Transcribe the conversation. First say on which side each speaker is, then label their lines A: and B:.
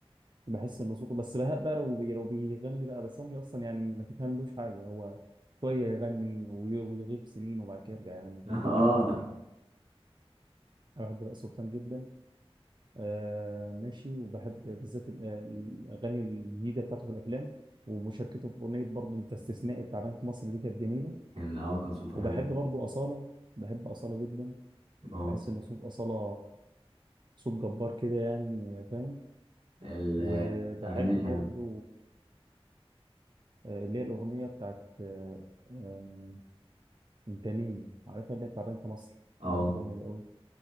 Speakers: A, on the right; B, on the right.
A: بحس انه صوته بس بهاء بقى لو بي لو بيغني بقى بس امي اصلا يعني ما تفهملوش حاجه هو شويه يغني وي- ويغيب سنين وبعد كده يرجع يغني تاني
B: <laughs> أه
A: ما حدش فاهم له حاجه انا بحب بقى سلطان جدا آه ماشي وبحب بالذات ال- الاغاني الجديده بتاعته في الافلام ومشاركته في اغنيه برضه انت استثنائي بتاع بنك مصر دي كانت جميله
B: كان أه كان صوته
A: وبحب
B: حلو
A: برضه اصاله بحب اصاله جدا
B: أه
A: بحس ان صوت اصاله صوت جبار كده يعني فاهم
B: الأغاني
A: وبحب
B: الحلوة
A: برضه آه، اللي هي الأغنية بتاعت آه، آه، أنت مين؟ عارفها اللي هي بتاع بنك مصر
B: أه
A: بحب الأغنية دي أوي